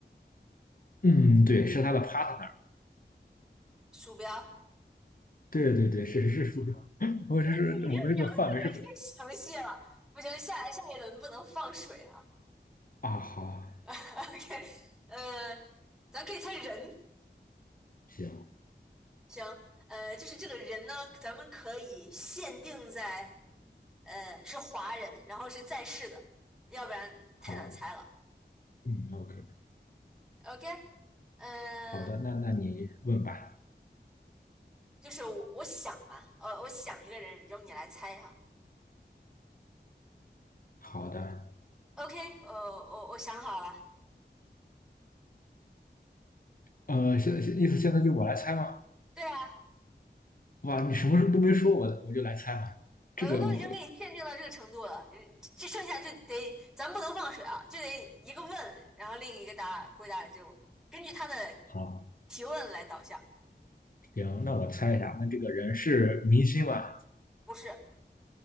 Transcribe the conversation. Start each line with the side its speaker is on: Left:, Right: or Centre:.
Left: 嗯，对，是它的 partner。
Centre: 鼠标。
Left: 对对对，是是是，我只是我们这个范围是不
Centre: 你这个描述也太详细了，不行，下下一轮不能放水啊。
Left: 啊，好，
Centre: <laughs> OK，呃，咱可以猜人，
Left: 行，
Centre: 行，呃，就是这个人呢，咱们可以限定在，呃，是华人，然后是在世的，要不然太难猜了。
Left: 好，嗯，OK，
Centre: OK，嗯、
Left: 好的，
Centre: 呃，
Left: 那那你问吧。
Centre: 就是我我想吧，呃，我想一个人，由你来猜哈、
Left: 好的，
Centre: OK，呃，我我想好了，
Left: 呃，现在意思现在就我来猜吗？
Centre: 对啊，
Left: 哇，你什么都没说，我我就来猜嘛。
Centre: 呃，
Left: 这个我
Centre: 都已经给你限定到这个程度了，呃这剩下就得咱不能放水啊，就得一个问，然后另一个答回答就根据他的
Left: 好，
Centre: 提问来导向，
Left: 行，那我猜一下，那这个人是明星吗？
Centre: 不是，